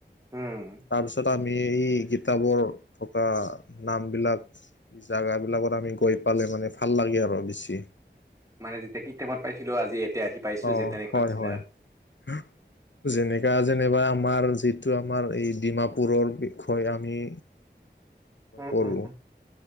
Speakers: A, on the right; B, on the left.
A: উম।
B: তাৰপিছত আমি এই কিতাপৰ থকা নামবিলাক জেগাবিলাকত আমি গৈ পালে, মানে ভাল লাগে আৰু বেছি।
A: মানে যেতিয়া কি টাইমত পাইছিলোঁ, আজি এতিয়া আহি পাইছোঁ
B: অ
A: যে তেনেকুৱা
B: হয়
A: নিচিনা।
B: হয় <inaudible> যেনেকা যেনিবা আমাৰ যিটো আমাৰ এই ডিমাপুৰৰ বিষয় আমি
A: উম
B: কৰোঁ,
A: উম